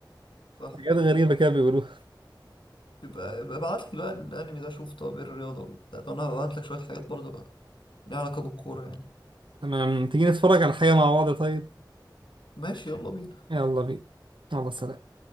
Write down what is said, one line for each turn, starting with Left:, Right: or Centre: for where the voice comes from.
Left: صح
Right: حاجات
Left: صح
Right: غريبه كده بيقولوها
Left: يبقى يبقى ابعت لي بقى الانمي ده شوف طب ايه الرياضة ولا بتاع. ده انا هبعت لك شوية حاجات برضه ليها علاقة بالكورة يعني
Right: تمام تيجي نتفرج على حاجه مع بعض طيب
Left: ماشي يلا بينا
Right: يلا بينا يلا سلام